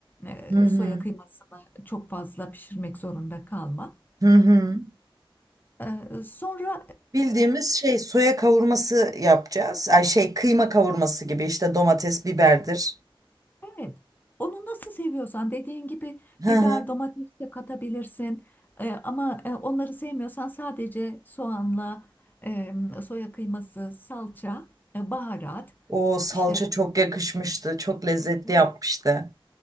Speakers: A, on the left (about 20°); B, on the right (about 40°).
A: e,
B: Hı hı.
A: soya kıymasını çok fazla pişirmek zorunda kalma.
B: Hı hı.
A: E, sonra
B: Bildiğimiz şey soya kavurması yapacağız. Ay şey kıyma kavurması gibi işte domates, biberdir.
A: Evet. Onu nasıl seviyorsan dediğin gibi
B: Hı
A: biber
B: hı.
A: domates de katabilirsin. Ee, ama e, onları sevmiyorsan sadece soğanla e, soya kıyması, salça, e, baharat
B: O salça
A: işte
B: çok yakışmıştı. Çok lezzetli
A: evet
B: yapmıştı.